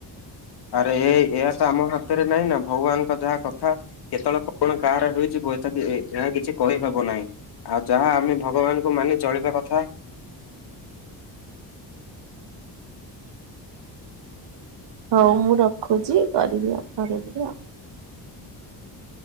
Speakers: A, on the left; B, on the right.
A: ଆରେ ଏ ଏହାତ ଆମ ହାତରେ ନାହିଁନା ଭଗବାନଙ୍କ ଯାହା କଥା। କେତେବେଳେ କଣ କାହାର ହୋଇଯିବ ଏଥାକି ଏହା କିଛି କହିହବ ନାହିଁ। ଆଉ ଯାହା ଆମେ ଭଗବାନଙ୍କୁ ମାନି ଚଳିବା କଥା।
B: ହଉ ମୁଁ ରଖୁଛି କରିଦିଅ କରିଦିଅ।